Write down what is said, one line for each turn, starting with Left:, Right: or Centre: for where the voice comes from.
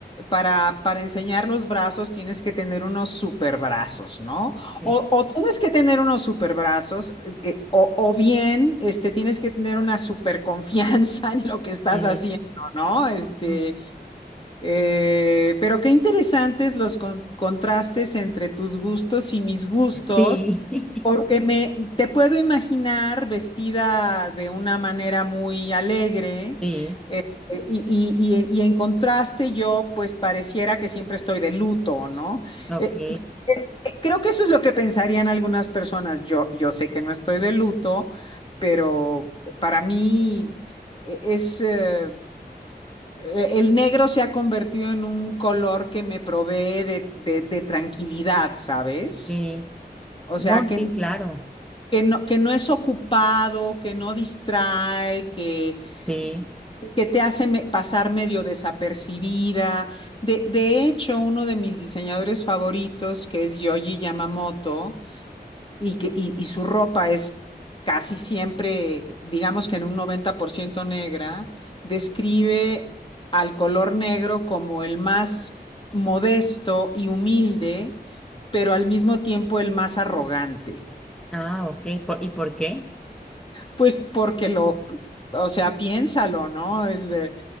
Left: para, para enseñar los brazos tienes que tener unos super brazos, ¿no?
Centre: Sí.
Left: O, o tienes que tener unos super brazos, eh, o, o bien este, tienes que tener una super confianza <laughs> en lo que estás
Centre: Sí.
Left: haciendo, ¿no? Este,
Centre: Mm.
Left: eh, pero qué interesantes los con- contrastes entre tus gustos y mis gustos.
Centre: Sí. <laughs>
Left: Porque me te puedo imaginar vestida de una manera muy alegre
Centre: Sí.
Left: eh, y, y- y- y en contraste yo pues pareciera que siempre estoy de luto, ¿no?
Centre: Ok.
Left: Eh, eh, eh, creo que eso es lo que pensarían algunas personas. Yo, yo sé que no estoy de luto, pero para mí eh, es... eh, eh, El negro se ha convertido en un color que me provee de, de de tranquilidad, ¿sabes?
Centre: Sí.
Left: O
Centre: No,
Left: sea, que,
Centre: sí, claro.
Left: que no, que no es ocupado, que no distrae, que,
Centre: Sí.
Left: que te hace me- pasar medio desapercibida. De, de hecho, uno de mis diseñadores favoritos, que es Yoji Yamamoto, y, que, y, y su ropa es casi siempre, digamos que en un 90% negra, describe al color negro como el más modesto y humilde, pero al mismo tiempo el más arrogante.
Centre: Ah, ok. Por- ¿y por qué?
Left: Pues porque lo, o sea, piénsalo, ¿no? Es de,